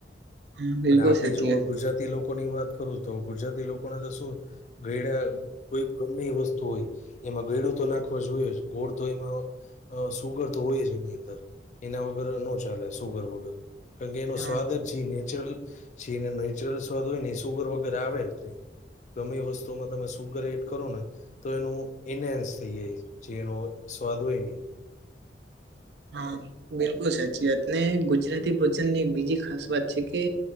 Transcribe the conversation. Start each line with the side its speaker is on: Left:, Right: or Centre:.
Right: હા બિલકુલ
Left: અને આપડી
Right: સાચી
Left: જો
Right: વાત
Left: ગુજરાતી લોક કોની વાત કરું તો ગુજરાતી લોકોને તો શું ઘઈડા કોઈ ગમે એ વસ્તુ હોય એમાં ગયડું તો નાખવા જોઈએ ગોળ તો એમાં અ સુગર તો હોય જ એની અંદર એના વગર નો જ ચાલે સુગર વગર કાણ કે એનો
Right: હા
Left: સ્વાદ જ જે નેચરલ છે એને નેચરલ સ્વાદ હોય ને સુગર વગેરે આવે જ નઈ ગમે એ વસ્તુમાં તમે સુગર એડ કરો ને તો એનું ઇનહન્સ થઈ જાય જે એનો સ્વાદ હોય ને એ
Right: હાં બિલકુલ સાચી વાત ને ગુજરાતી ભોજનની એક બીજી ખાસ વાત છે કે